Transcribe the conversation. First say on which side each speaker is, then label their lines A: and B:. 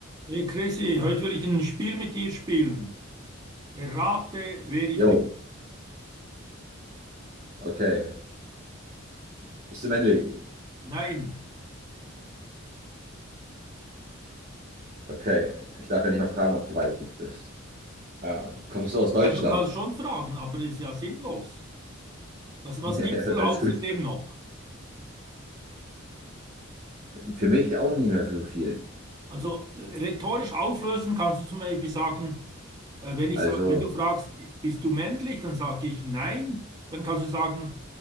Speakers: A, on the right; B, on the right.
A: Hey Chrissy, heute will ich ein Spiel mit dir spielen. Errate, wer ich
B: Jo,
A: bin.
B: okay. Bist du männlich?
A: Nein.
B: Okay. Ich darf ja nicht mal fragen, ob du weiblich bist. Ah, kommst du aus Deutschland?
A: Ja, du kannst schon fragen,
B: <laughs>
A: aber das ist ja sinnlos. Was, was
B: Ja,
A: gibt
B: ja,
A: es denn
B: alles
A: außerdem
B: gut.
A: noch?
B: Für mich auch nicht mehr so viel.
A: Also äh, rhetorisch auflösen kannst du zum Beispiel sagen, äh, wenn ich
B: Also,
A: sag, wenn du fragst, bist du männlich, dann sage ich nein. Dann kannst du sagen,